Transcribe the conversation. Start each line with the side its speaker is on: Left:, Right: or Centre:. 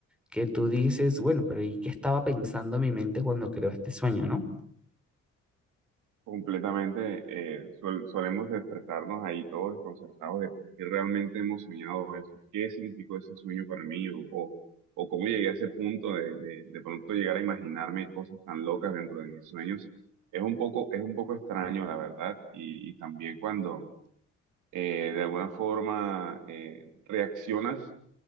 Centre: que tú dices, bueno, pero ¿y qué estaba pensando mi mente cuando creó este sueño, no?
Right: Completamente, eh, suel- solemos despertarnos ahí todos desconcertados de por qué realmente hemos soñado eso, qué significó ese sueño para mí o, o, o cómo llegué a ese punto de, de, de pronto llegar a imaginarme cosas tan locas dentro de mis sueños. Es un poco, es un poco extraño, la verdad, y, y también cuando eh, de alguna forma eh, reaccionas